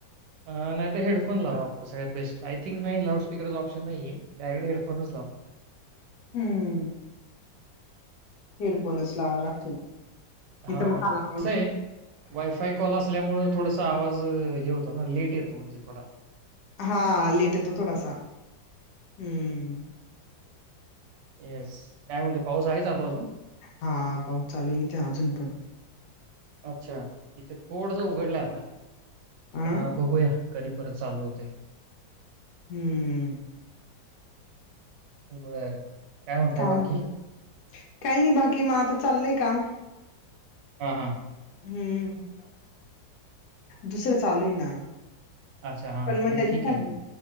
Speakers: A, on the right; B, on the left.
A: अ नाही तर हेडफोन लावा सगळ्यात बेस्ट आय थिंक नाही लाउडस्पकरच ऑप्शन नाही आहे डायरेक्ट हेडफोनच लाव <inaudible>
B: हम्म हेड फोणनच लावा लागतील
A: हा
B: इथं मग काना
A: कस आहे वायफाय कॉल असल्यामुळे थोड आता आवाज हे होता ना लेट येतो म्हणजे थोडा
B: हा आ लेट येतो थोडासा हम्म
A: ऐस काय म्हणतो पाऊस आहे चालू अजून...
B: हा पाऊस चालू इथे अजून पण..
A: अच्छा इथे थोडस उघडलं आता
B: आ
A: अ बघूया... कधी परत चालू होतेय.
B: हम्म
A: बरं. म्हणताय
B: काय
A: बाकी?
B: म्हणतो काही नाही बाकी म आता चाललंय काम...
A: हा हा...
B: हं, दुसरं चालूय ना?
A: अच्छा, हां,
B: पण
A: ते
B: मग त्याची
A: ठीक
B: सॅलरी,
A: आहे.